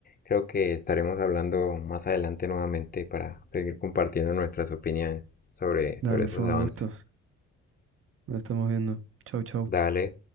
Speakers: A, on the left; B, on the right.
A: creo que estaremos hablando más adelante nuevamente para seguir compartiendo nuestras opiniones sobre,
B: Dale,
A: sobre esos
B: fue
A: avances.
B: un gusto. Nos estamos viendo. Chau, chau.
A: Dale.